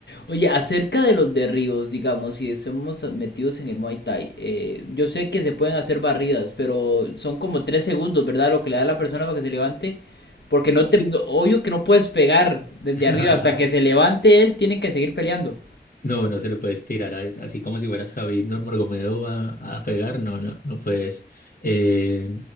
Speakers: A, on the left; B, on the left.
A: Oye, acerca de los derribos, digamos, si estamos metidos en el Muay Thai, eh, yo sé que se pueden hacer barridas, pero son como tres segundos, ¿verdad? Lo que le da a la persona para que se levante. Porque no
B: Sí.
A: te, no- obvio que no puedes pegar desde
B: <laughs>
A: arriba hasta que se levante él, tienen que seguir peleando.
B: No, no se lo puedes tirar a- así como si fueras Javid Nurmagomedov a, a pegar. No, no, no puedes. Eh,